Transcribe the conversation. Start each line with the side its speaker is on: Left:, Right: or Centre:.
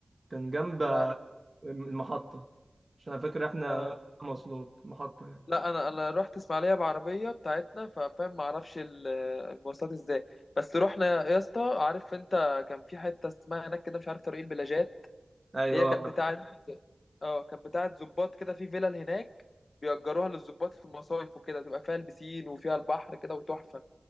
Right: كان جنب
Left: لا
Right: المحطة عشان أنا فاكر احنا
Left: آه.
Right: مواصلات محطة يعني
Left: لا انا انا رحت اسماعيليه بعربيه بتاعتنا ففاهم ما اعرفش ال- المواصلات ازاي بس رحنا يا اسطى عارف انت كان في حته اسمها هناك كده مش عارف طريق البلاجات
Right: ايوه
Left: هي كانت بتاعت اه كانت بتاعت ظباط كده في فيلل هناك بيأجروها للظباط في المصايف وكده تبقى فيها البسين وفيها البحر كده وتحفة